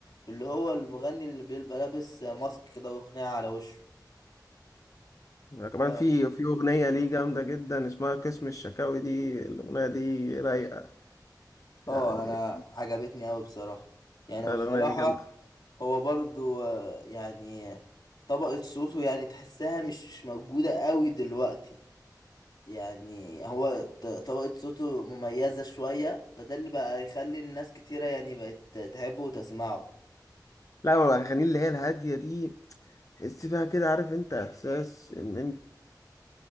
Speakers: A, on the left; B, on the left.
A: باللي هو المغني اللي بيبقى لابس ماسك كده وقناع على وشه
B: كمان
A: ف
B: في في اغنيه ليه جامده جدا اسمها قسم الشكاوي دي الاغنيه دي رايقه يعني
A: اه انا عجبتني قوي بصراحة يعني
B: الاغنيه
A: وبصراحة
B: دي جامده
A: هو برضو آه، يعني طبقة صوته يعني تحسها مش موجودة قوي دلوقتي يعني هو ط- طبقة صوته مميزة شوية فده اللي بقى يخلي الناس كتيرة يعني بقت تحبه وتسمعه
B: لا هو الأغاني اللي هي الهادية دي تحس فيها كده عارف انت إحساس إن انت